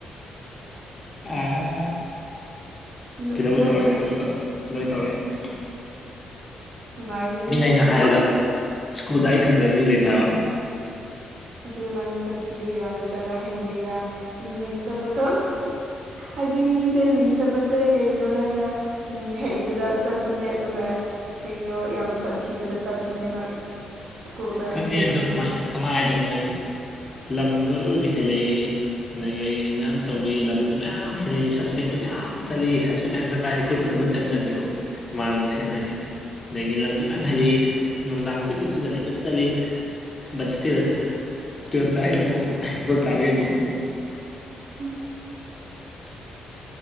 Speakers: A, on the left; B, on the right.
A: ꯑ ꯑꯥ
B: ꯅ-
A: ꯀꯩꯗꯧꯕꯩ
B: ꯅꯣꯏ
A: ꯇꯧꯔꯛꯑꯣꯏꯗꯩꯩꯅꫭ
B: ꯑꯩ
A: ꯂꯣꯏ ꯇꯧꯔꯛꯑꯦ
B: ꯅꯨꯡꯉꯥꯏꯕꯅꯦꯍꯦ
A: ꯃꯤꯅ
B: ꯑꯗꯨꯗꯣ
A: ꯑꯩꯅ ꯍꯥꯏꯔꯒ ꯏꯁ꯭ꯀꯨꯜꯗ ꯑꯩ ꯈꯪꯗꯕ ꯃꯤ ꯂꯩꯇꯦ ꯍꯥꯏꯕ
B: ꯑꯗꯨ ꯅꯪ ꯁꯥꯊꯤꯕꯩꯔꯥ ꯅꯠꯇ꯭ꯔꯒ ꯍꯩꯕꯩꯔꯥ ꯃꯤꯡ ꯆꯠꯄꯗꯣ ꯑꯩꯗꯤ ꯃꯤꯁꯦ ꯃꯤꯡ ꯆꯠꯄꯁꯦ ꯀꯩꯅꯣ ꯍꯥꯏꯅ ꯎꯝ ꯍꯩꯕꯗ ꯆꯠꯄꯅꯦ ꯑꯗꯨꯒ ꯀꯩꯅꯣ ꯌꯥꯝ ꯁꯥꯊꯤꯕꯗ ꯆꯠꯄꯅꯦꯕ ꯏꯁ꯭ꯀꯨꯜꯗ
A: ꯈꯪꯗꯦ
B: ꯃꯤꯡ ꯆꯠꯄꯁꯦ
A: ꯑꯗꯣ ꯀꯃꯥꯏ ꯀꯃꯥꯏ ꯍꯥꯏꯗꫭꯏꯅꯣ ꯑꯩ ꯂꯝꯖꯨ ꯑꯔꯣꯏꯕꯤ ꯍꯦꯜꯂꯛꯏ ꯑꯗꯒꯤ ꯑꯩ ꯃꯌꯥꯝ ꯇꯧꯔꯤ ꯂꯝꯖꯨ ꯃꯌꯥꯝ ꯍꯦꯜꯂꯤ ꯁꯁꯄꯦꯟꯖꯨ ꯃꯌꯥꯝ ꯆꯠꯂꯤ ꯁꯁꯄꯦꯟ ꯃꯌꯥꯝꯖꯨ ꯄꯥꯏꯔꯤ ꯑꯩꯈꯣꯏ ꯄꯨꯟ ꯄꯨꯟ ꯆꯠꯃꯤꯟꯅꯕꯅꯤꯀꯣ ꯏꯃꯥꯟꯅ
B: ꯎꯝ
A: ꯃꯁꯦꯟ ꯍꯥꯏꯗꯤ ꯑꯗꯒꯤ ꯂꯝꯖꯨ ꯃꯌꯥꯝ ꯍꯦꯜꯂꯤꯛ ꯅꯨꯡꯗꯥꯡ ꯀꯨꯏꯆꯠꯁꯨ ꯆꯠꯂꯤ ꯀꯦꯏꯆꯠ ꯆꯠꯂꯤ ꯕꯨꯠ ꯁꯇꯤꯜ ꯇꯨꯌꯦꯜꯄꯇꯥ ꯑꯩꯅꯥ ꯇꯣꯞ ꯒꯣꯗ ꯇꯕꯒꯤ ꯐꯪꯏ
B: ꯎꯝ